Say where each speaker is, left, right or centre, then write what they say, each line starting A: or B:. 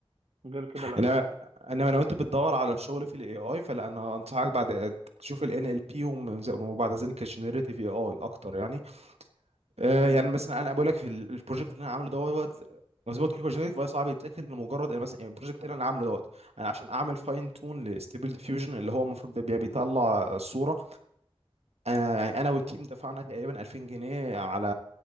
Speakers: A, on the right; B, on the right.
A: غير كده لا
B: انا انما لو انت بتدور على الشغل في الاي اي فلا انا انصحك بعد تشوف الان ال NLP ومن- وبعد ذلك الجنريتيف اي اي اكتر يعني آه،
A: م-
B: يعني
A: م.
B: مثلا انا بقول لك في ال- البروجكت اللي انا عامله دوت زي ما قلت لك جينيريت فهو صعب يتذاكر لمجرد يعني مثلا البروجكت اللي انا عامله دوت انا عشان اعمل فاين تون لستيبل ديفيوجن اللي هو المفروض ده بي- بيطلع الصوره انا يعني انا والتيم دفعنا تقريبا 2000 جنيه على